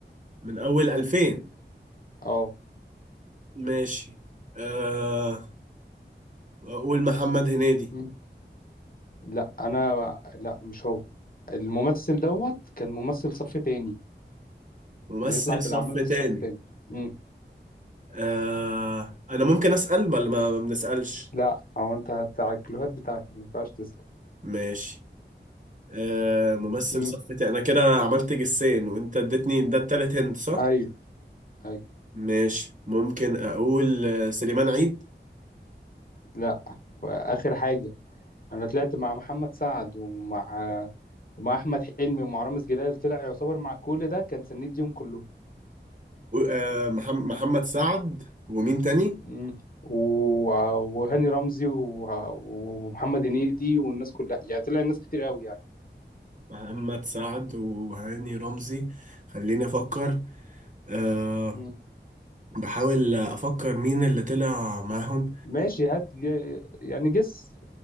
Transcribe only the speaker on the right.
من اول 2000
ماشي آه أقول محمد هنيدي
ممثل
صف
تاني
آه أنا ممكن أسأل ولا ما ما بنسألش
ماشي آه ممثل
صف تاني أنا كده عملت جسين وأنت اديتني ده التالت هند صح؟
ماشي ممكن أقول آه، سليمان عيد
و- آه محم- محمد سعد ومين تاني؟
محمد سعد وهاني رمزي خليني أفكر آه
بحاول أفكر مين اللي طلع معاهم